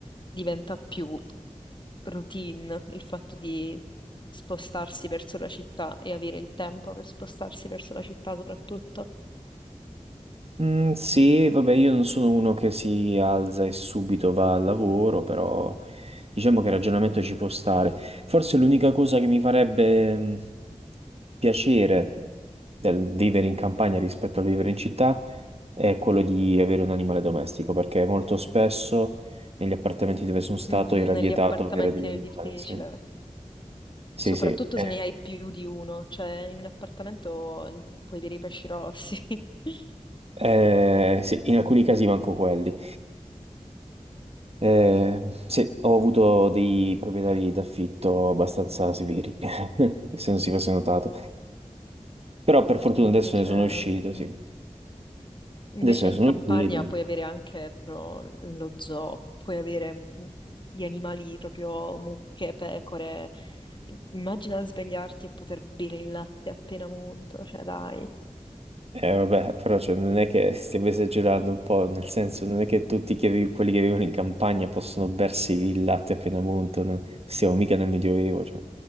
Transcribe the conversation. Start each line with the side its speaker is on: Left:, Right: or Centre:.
Left: diventa più routine il fatto di spostarsi verso la città e avere il tempo per spostarsi verso la città soprattutto.
Right: Mm, sì, vabbè, io non sono uno che si alza e subito va al lavoro, però diciamo che il ragionamento ci può stare. Forse l'unica cosa che mi farebbe mm, piacere del vivere in campagna rispetto al vivere in città è quello di avere un animale domestico, perché molto spesso negli appartamenti dove sono stato
Left: Mm,
Right: era
Left: Negli
Right: vietato
Left: appartamenti
Right: avere degli
Left: è
Right: animali.
Left: difficile,
Right: Sì, sì,
Left: soprattutto
Right: sì. eh,
Left: se ne hai più di uno, cioè in un appartamento puoi avere i pesci rossi, <laughs>
Right: eh, sì, in alcuni casi manco quelli. Eh, sì, ho avuto dei proprietari d'affitto abbastanza severi, <laughs> se non si fosse notato. Però per fortuna
Left: Sì, invece,
Right: adesso ne sono uscito,
Left: in-
Right: sì.
Left: invece
Right: Adesso ne
Left: in
Right: sono
Left: campagna
Right: uscito.
Left: puoi avere anche proprio lo zoo, puoi avere mm, gli animali proprio mucche, pecore, immagina svegliarti e poter bere il latte appena monto, cioè dai.
Right: Eh, vabbè, però cioè, non è che stiamo esagerando un po', nel senso, non è che tutti che vi- quelli che vivono in campagna possono bersi il latte appena munto, non- siamo mica nel Medioevo, cioè.